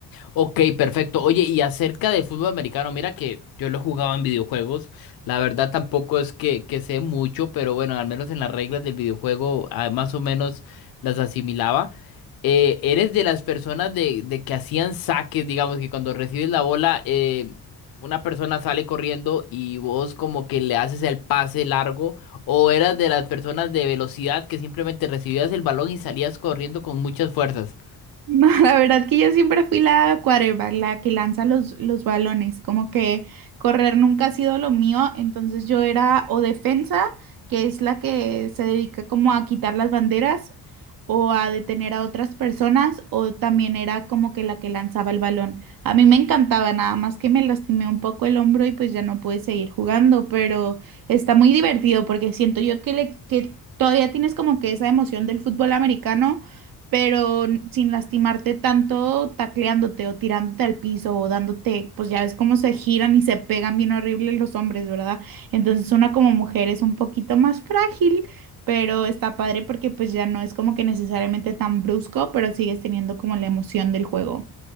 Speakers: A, on the left; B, on the right.
A: Ok, perfecto. Oye, y acerca de fútbol americano, mira que yo lo jugaba en videojuegos. La verdad tampoco es que, que sé mucho, pero bueno, al menos en las reglas del videojuego ah, más o menos las asimilaba. Eh, ¿eres de las personas de, de que hacían saques, digamos, que cuando recibes la bola, eh, una persona sale corriendo y vos como que le haces el pase largo? ¿O eras de las personas de velocidad que simplemente recibías el balón y salías corriendo con muchas fuerzas?
B: <laughs> Ma, La verdad que yo siempre fui la quarterback, la que lanza los, los balones, como que correr nunca ha sido lo mío, entonces yo era o defensa, que es la que se dedica como a quitar las banderas o a detener a otras personas, o también era como que la que lanzaba el balón. A mí me encantaba, nada más que me lastimé un poco el hombro y pues ya no pude seguir jugando, pero está muy divertido porque siento yo que, le, que todavía tienes como que esa emoción del fútbol americano pero sin lastimarte tanto, tacleándote o tirándote al piso o dándote, pues ya ves cómo se giran y se pegan bien horrible los hombres, ¿verdad? Entonces una como mujer es un poquito más frágil, pero está padre porque pues ya no es como que necesariamente tan brusco, pero sigues teniendo como la emoción del juego.